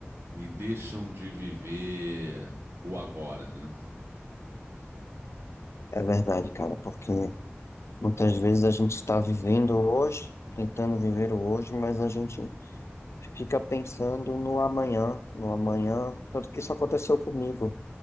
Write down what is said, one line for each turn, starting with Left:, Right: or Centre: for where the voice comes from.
Right: e deixam de viver o agora, né?
Left: É verdade, cara, porque muitas vezes a gente está vivendo hoje, tentando viver o hoje, mas a gente fica pensando no amanhã, no amanhã, tanto que isso aconteceu comigo